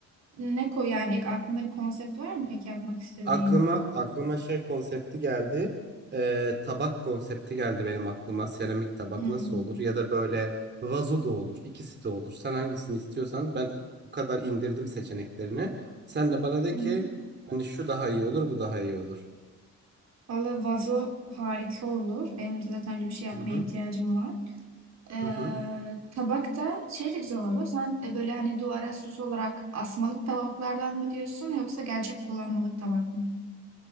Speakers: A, on the right; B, on the right.
A: Ne koy yani ilk aklında bir konsept var mı peki yapmak istediğin?
B: Aklıma aklıma şey konsepti geldi. Ee, tabak konsepti geldi benim aklıma. Seramik tabak
A: Hmm.
B: nasıl olur? Ya da böyle vazo da olur. İkisi de olur. Sen hangisini istiyorsan ben bu kadar indirdim seçeneklerini. Sen de bana de
A: Hı hı.
B: ki hani şu daha iyi olur, bu daha iyi olur.
A: Valla vazo harika olur. Benim de zaten öyle bir şey yapmaya
B: Hı hı.
A: ihtiyacım var. Ee,
B: Hı hı.
A: tabakta şey de güzel olur. Sen e, böyle hani duvara süs olarak asmalık tabaklardan mı diyorsun yoksa gerçek kullanmalık tabak mı?